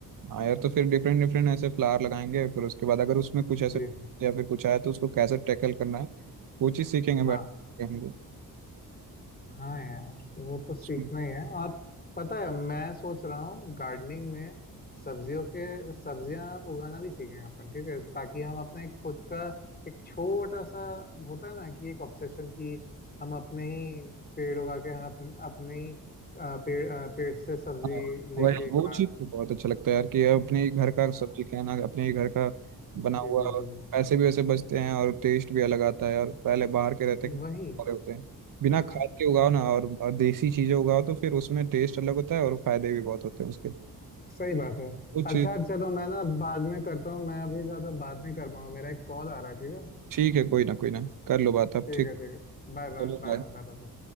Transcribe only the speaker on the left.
जी
हाँ
हाँ यार वो तो सीखना
ही है और पता है मैं सोच रहा हूँ गार्डनिंग में सब्जियों के सब्जियां उगाना भी सीखेंगे अपन ठीक है ताकि हम अपना एक खुद का एक छोटा सा होता है ना कि एक ऑब्सेशन कि हम अपने ही पेड़ उगा के अपने अपने ही अ, पेड़ अ, पेड़ से सब्जी
लेके
खा
रहे हैं
हाँ
जी
जी
जी जी
जी
वही
हाँ
सही बात है
अच्छा
अच्छा तो मैं ना बाद में करता हूँ मैं अभी ज़्यादा बात नहीं कर पाऊंगा मेरा एक कॉल आ रहा है ठीक है
ठीक
है ठीक है Bye bye
bye
bye bye bye